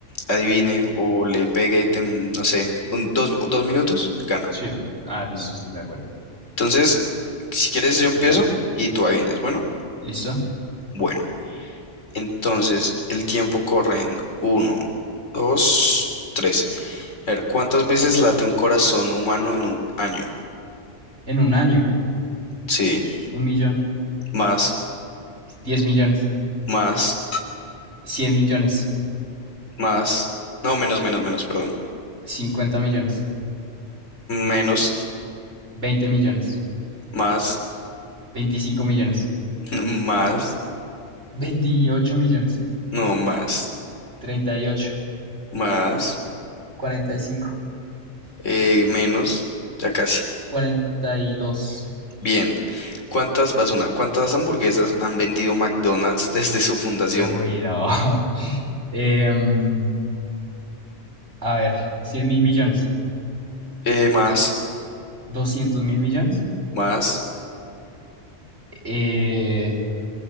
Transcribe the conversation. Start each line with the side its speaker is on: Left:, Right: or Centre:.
Left: adivine o le pegue, en, no sé, un- dos, dos minutos, gana.
Right: sí. Ah, listo, estoy de acuerdo.
Left: Entonces, si quieres,
Right: Eso
Left: yo empiezo
Right: va.
Left: y tú adivinas. Bueno,
Right: ¿Listo?
Left: bueno. Entonces, el tiempo corre en uno dos tres A ver, ¿cuántas veces late un corazón humano en un año?
Right: En un año,
Left: Sí,
Right: <sniffs> <tsk> un millón,
Left: más,
Right: diez millones,
Left: más,
Right: cien millones,
Left: más. No, menos, menos, menos, perdón.
Right: cincuenta millones,
Left: Menos,
Right: veinte millones,
Left: más,
Right: veinticinco millones,
Left: <laughs> más,
Right: veintiocho millones,
Left: No, más.
Right: treinta y y ocho,
Left: Más.
Right: cuarenta y cinco,
Left: eh, menos. Ya casi.
Right: cuarenta y dos.
Left: Bien. ¿Cuántas, vas una, cuántas hamburguesas han vendido McDonald's desde su fundación?
Right: Uy, no. <laughs> Em, a ver, cien mil millones,
Left: Eh, más.
Right: doscientos mil millones,
Left: Más.
Right: eh,